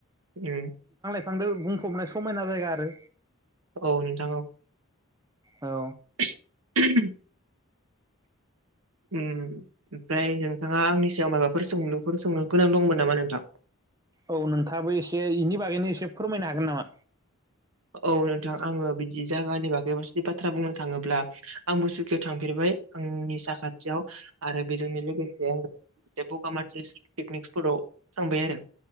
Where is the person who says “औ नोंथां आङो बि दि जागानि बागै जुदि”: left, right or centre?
Right